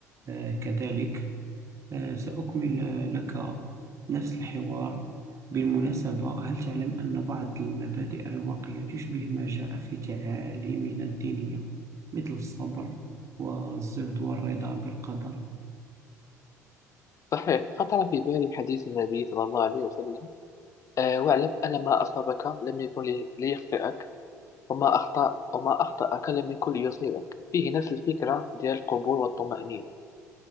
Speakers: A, on the right; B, on the left.
A: آه، كذلك آه، سأكمل آه، لك نفس الحوار بالمناسبة هل تعلم أن بعض المبادئ الرواقية تشبه ما جاء في تعاليمنا الدينية مثل الصبر والزهد والرضا بالقدر
B: صحيح خطر في بالي حديث النبي صلى الله عليه وسلم أه واعلم أن ما أصابك لم يكن لي- ليخطئك وما أخطأ وما أخطأك لم يكن ليصيبك فيه نفس الفكرة ديال القبول والطمأنينة